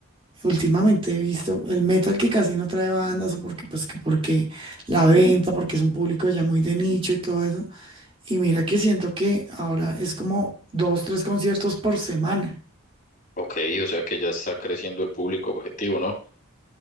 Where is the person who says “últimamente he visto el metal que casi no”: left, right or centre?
Right